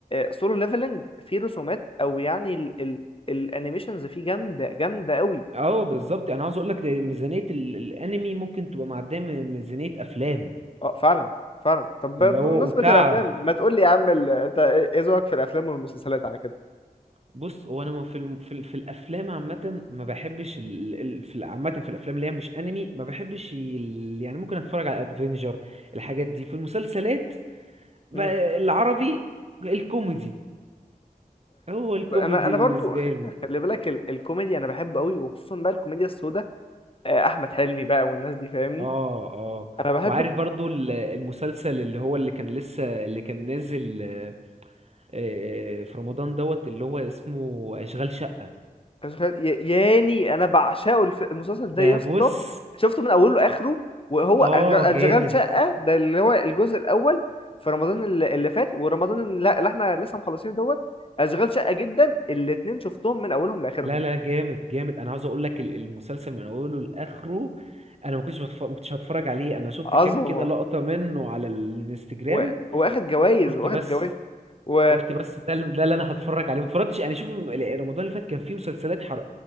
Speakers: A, on the left; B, on the right.
A: سولو ليفلنج فيه رسومات او يعني ال ال الانيميشنز فيه جامده جامده قوي
B: اه بالظبط انا عاوز اقول لك ميزانية ال- الانمي ممكن تبقى معدية من ميزانية افلام
A: اه فعلا فعلا طب ب-
B: اللي هو
A: بمناسبة
B: وتعب
A: الافلام ما تقول لي يا عم ال- انت ايه إيه ذوقك في الافلام والمسلسلات على كده
B: بص هو انا ما في الم... في, ال... في الافلام عامه ما بحبش ال... ال... في ال- عامه في الافلام اللي هي مش انمي ما بحبش ال... يعني ممكن اتفرج على ادفنجر الحاجات دي في المسلسلات بقى
A: امم
B: العربي الكوميدي هو الكوميدي
A: انا انا
B: بالنسبه
A: برضو خ-
B: لي
A: خلي بالك ال- الكوميديا انا بحب قوي وخصوصا بقى الكوميديا السوداء آه، احمد حلمي بقى والناس دي فاهمني
B: اه اه
A: انا بحب
B: وعارف برضو ال- المسلسل اللي هو اللي كان لسه اللي كان نازل آه، آه، في رمضان دوت اللي هو اسمه اشغال شقه
A: أشغال- يا- ياني انا بعشقه الف... المسلسل ده
B: ده
A: يا اسطى
B: بص
A: شفته من اوله لاخره وهو
B: اه
A: أشغال- انشغال
B: جامد
A: شقه ده اللي هو الجزء الاول في رمضان اللي اللي فات ورمضان اللي اللي احنا لسه مخلصينه دوت اشغال شقه جدا الاتنين شفتهم من اولهم لاخرهم
B: لا لا جامد جامد انا عاوز اقول لك ال- المسلسل من اوله لاخره انا ما كنتش بتف... ما كنتش هتفرج عليه انا شفت
A: عظمه
B: كام كده لقطة منه على الانستجرام
A: و... واخد جوائز
B: قلت
A: واخد
B: بس
A: جوائز و
B: قلت بس ده اللي- ده اللي انا هتفرج عليه ما اتفرجتش يعني شوف الم- رمضان اللي فات كان فيه مسلسلات حر...